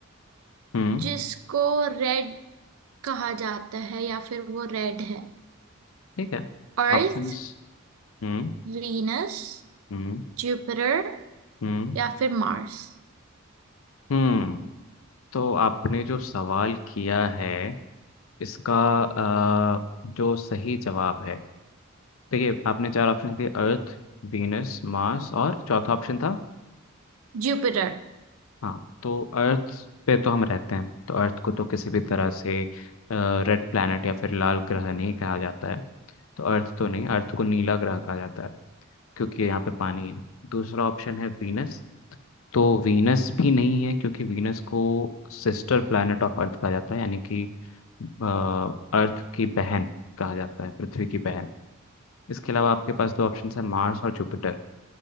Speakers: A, on the left (about 70°); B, on the right (about 75°).
A: हम्म
B: जिसको रेड कहा जाता है या फिर वो रेड है
A: ठीक है
B: अर्थ
A: ऑप्शंस हम्म
B: वीनस
A: हम्म
B: जुपिटर
A: हम्म
B: या फिर मार्स
A: हम्म तो आपने जो सवाल किया है इसका अ, जो सही जवाब है देखिए आपने चार ऑप्शन दिए अर्थ वीनस मार्स और चौथा ऑप्शन था
B: जुपिटर
A: हाँ तो अर्थ पे तो हम रहते हैं तो अर्थ को तो किसी भी तरह से रेड प्लैनेट या फिर लाल ग्रह नहीं कहा जाता है तो अर्थ तो नहीं अर्थ को नीला ग्रह कहा जाता है क्योंकि यहाँ पे पानी है दूसरा ऑप्शन है वीनस तो वीनस भी नहीं है क्योंकि वीनस को सिस्टर प्लैनेट ऑफ अर्थ कहा जाता है यानी कि अर्थ की बहन कहा जाता है पृथ्वी की बहन इसके अलावा आपके पास दो ऑप्शन है मार्स और जुपिटर